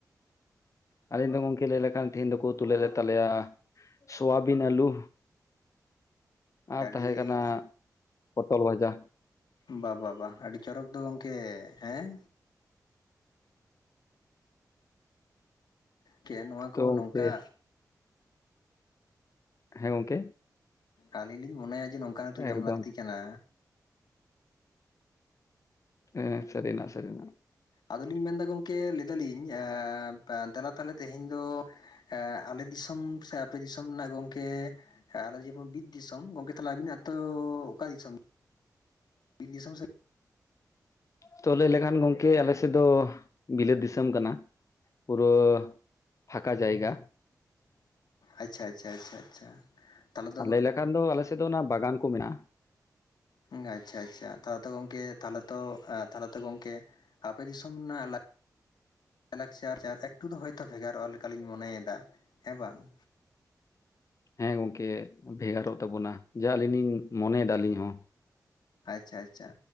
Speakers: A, on the left; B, on the left.
A: ᱟᱞᱤᱧ ᱫᱚ ᱜᱚᱝᱠᱮ ᱞᱟᱹᱭ ᱞᱮᱠᱷᱟᱱ ᱛᱮᱦᱮᱧ ᱫᱚᱠᱚ ᱩᱛᱩ ᱞᱮᱫ ᱛᱟᱞᱮᱭᱟ ᱥᱳᱣᱟᱵᱤᱱ ᱟᱞᱩ ᱟᱨ
B: ᱟᱹᱰᱤ
A: ᱛᱟᱦᱮᱸᱠᱟᱱᱟ ᱯᱚᱴᱚᱞ ᱵᱷᱟᱡᱟ
B: ᱵᱟ ᱵᱟ ᱵᱟ ᱟᱹᱰᱤ ᱪᱚᱨᱚᱠ ᱫᱚ ᱜᱚᱢᱠᱮ ᱦᱮᱸ ᱠᱮ ᱱᱚᱣᱟ
A: ᱛᱚ
B: ᱠᱚ
A: ᱜᱚᱝᱠᱮ
B: ᱱᱚᱝᱠᱟ
A: ᱦᱮᱸ ᱜᱚᱝᱠᱮ
B: ᱟᱹᱞᱤᱧ ᱞᱤᱧ ᱢᱚᱱᱮᱭᱟ ᱡᱮ ᱱᱚᱝᱠᱟᱱ ᱩᱛᱩ
A: ᱮᱠᱫᱚᱢ
B: ᱡᱚᱢ ᱞᱟᱹᱠᱛᱤ ᱠᱟᱱᱟ
A: ᱦᱮᱸ ᱥᱟᱹᱨᱤᱱᱟᱜ ᱥᱟᱹᱨᱤᱱᱟᱜ
B: ᱟᱫᱚᱞᱤᱧ ᱢᱮᱱᱫᱟ ᱜᱚᱢᱠᱮ ᱞᱟᱹᱭ ᱫᱟᱞᱤᱧ ᱮ ᱫᱮᱞᱟ ᱛᱟᱦᱞᱮ ᱛᱮᱦᱮᱧ ᱫᱚ ᱮ ᱟᱞᱮ ᱫᱤᱥᱚᱢ ᱥᱮ ᱟᱯᱮ ᱫᱤᱥᱚᱢ ᱨᱮᱱᱟᱜ ᱜᱚᱢᱠᱮ ᱦᱮᱸ ᱟᱞᱮ ᱡᱮᱵᱚᱱ ᱵᱤᱨ ᱫᱤᱥᱚᱢ ᱜᱚᱝᱠᱮ ᱛᱟᱦᱞᱮ ᱟᱵᱤᱱᱟᱜ ᱛᱚ ᱚᱠᱟ ᱫᱤᱥᱚᱢ ᱵᱤᱨ ᱫᱤᱥᱚᱢ
A: ᱛᱚ ᱞᱟᱹᱭ ᱞᱮᱠᱷᱟᱱ ᱜᱚᱢᱠᱮ ᱟᱞᱮ ᱥᱮᱫ ᱫᱚ ᱵᱤᱞᱟᱹᱛ ᱫᱤᱥᱚᱢ ᱠᱟᱱᱟ ᱯᱩᱨᱟᱹ ᱯᱷᱟᱠᱟ ᱡᱟᱭᱜᱟ
B: ᱟᱪᱪᱷᱟ ᱟᱪᱪᱷᱟ ᱟᱪᱪᱷᱟ ᱟᱪᱪᱷᱟ ᱛᱟᱦᱚᱞᱮ ᱫᱚ
A: ᱟᱨ ᱞᱟᱹᱭ ᱞᱮᱠᱷᱟᱱ ᱫᱚ ᱟᱞᱮ ᱥᱮᱫ ᱫᱚ ᱚᱱᱟ ᱵᱟᱜᱟᱱ ᱠᱚ ᱢᱮᱱᱟᱜ-ᱟ
B: ᱦᱟᱸ ᱟᱪᱪᱷᱟ ᱟᱪᱪᱷᱟ ᱛᱟᱦᱚᱞᱮ ᱛᱚ ᱜᱚᱝᱠᱮ ᱛᱟᱦᱚᱞᱮ ᱛᱚ ᱛᱟᱦᱚᱞᱮ ᱛᱚ ᱜᱚᱝᱠᱮ ᱟᱯᱮ ᱫᱤᱥᱚᱢ ᱨᱮᱱᱟᱜ ᱞᱟᱭ-ᱞᱟᱠᱪᱟᱨ ᱮᱠᱴᱩ ᱫᱚ ᱦᱚᱭᱛᱚ ᱵᱷᱮᱜᱟᱨᱚᱜ-ᱟ ᱞᱮᱠᱟᱞᱤᱧ ᱢᱚᱱᱮᱭᱮᱫᱟ ᱦᱮᱸ ᱵᱟᱝ
A: ᱦᱮᱸ ᱜᱚᱝᱠᱮ ᱵᱷᱮᱜᱟᱨᱚᱜ ᱛᱟᱵᱚᱱᱟ ᱡᱟ ᱟᱹᱞᱤᱧ ᱞᱤᱧ ᱢᱚᱱᱮᱭᱮᱫᱟ ᱟᱹᱞᱤᱧ ᱦᱚᱸ
B: ᱟᱪᱪᱷᱟ ᱟᱪᱪᱷᱟ